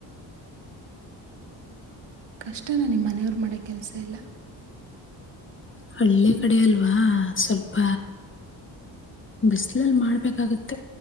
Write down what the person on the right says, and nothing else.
ಕಷ್ಟನ ನಿಮ್ಮನೆಯವ್ರ ಮಾಡ್ಯ ಕೆಲ್ಸ ಎಲ್ಲ